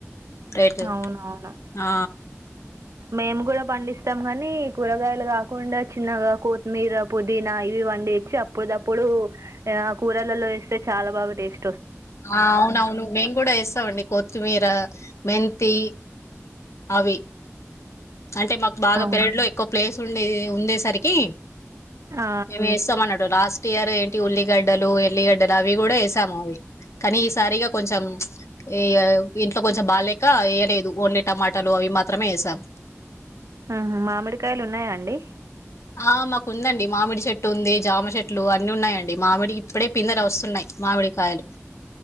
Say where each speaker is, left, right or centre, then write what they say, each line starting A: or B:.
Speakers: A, on the left; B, on the right.
A: రేటు.
B: అవునవును.
A: ఆ
B: మేము కూడ పండిస్తాం కానీ, కూరగాయలు కాకుండా చిన్నగ కొత్తిమీర, పుదీనా ఇవి పండిచ్చి అప్పుడిదప్పుడు ఆ కూరలలో వేస్తే చాల బాగ టేస్
A: ఆ అవునవును. మేం గుడా ఏస్తమండి. కొత్తిమీర, మెంతి అవి అంటే మాకు బాగ
B: అవును
A: పెరడ్ లో ఎక్కువ ప్లేస్ ఉండేది. ఉండేసరికి,
B: ఆ
A: మేమ్ ఇస్తాంమన్నట్టు లాస్ టియర్ ఏంటి ఉల్లిగడ్డలు ఎల్లిగడ్డలు అవి కూడా వేసాము అవి కానీ ఈసారిగా కొంచెం ఈ ఆ ఇంట్లో కొంచెం బాగాలేక వేయలేదు ఓన్లీ టమాటాలు అవి మాత్రమే వేసాము.
B: ఆ హ్ మామిడికాయలు ఉన్నాయా అండి
A: ఆ మాకుందండి మామిడి చెట్టు ఉంది జామ చెట్లు అన్ని ఉన్నాయండి, మామిడి ఇప్పుడే పిందలు వస్తున్నాయ్ మామిడి కాయలు.